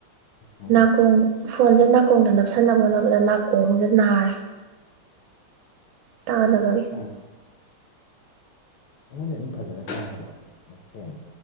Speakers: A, on the left (about 80°); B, on the right (about 75°).
A: ꯑꯩ
B: ꯅꯥꯀꯣꯡ ꯐꯣꯟꯖꯦ ꯅꯥꯀꯣꯡꯗ ꯅꯞꯁꯟꯅꯕ ꯍꯣꯠꯅꯕꯗ ꯅꯥꯀꯣꯡꯒꯖꯦ ꯅꯥꯔꯦ ꯇꯥꯗꯕꯒꯤ
A: ꯎꯝ ꯑꯩꯉꯣꯟꯗ ꯑꯗꯨꯝ ꯐꯖꯅ ꯇꯥꯏꯕ ꯍꯥꯏꯕꯥ ꯃꯌꯦꯛ ꯁꯦꯡꯅ